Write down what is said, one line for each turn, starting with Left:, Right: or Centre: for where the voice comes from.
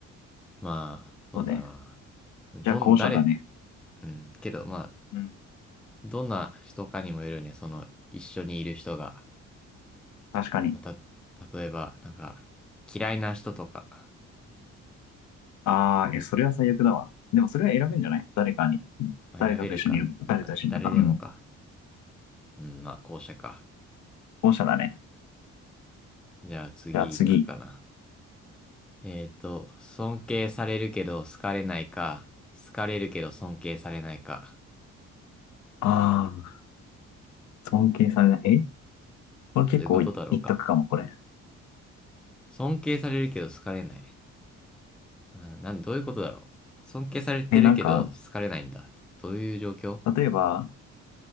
Centre: まあ、そうだな。
Left: そうね。
Centre: どん、
Left: じゃあ後者だね。
Centre: 誰、うん。けど、まあ、
Left: うん。
Centre: どんな人かにもよるよね。その、一緒にいる人が。
Left: 確かに。
Centre: また、例えば、なんか、嫌いな人とか、
Left: ああ、え、それは最悪だわ。でもそれは選べんじゃない誰かに。
Centre: まあ、
Left: 誰かと一緒にいる、
Centre: 選べるか。
Left: 誰と一緒にいるか。
Centre: まあ、誰でもか。
Left: うん。
Centre: うん、まあ、後者か。
Left: 後者だね。
Centre: じゃあ次行くかな。
Left: じゃあ次。
Centre: えーっと、尊敬されるけど好かれないか、好かれるけど尊敬されないか。
Left: ああ、尊敬されない。えこれ結構い一択かも、
Centre: どういうことだろうか。
Left: これ。
Centre: 尊敬されるけど好かれない。うん、なん、どういうことだろう。尊敬されてるけど好かれないんだ。
Left: え、なんか、
Centre: どういう状況
Left: 例えば、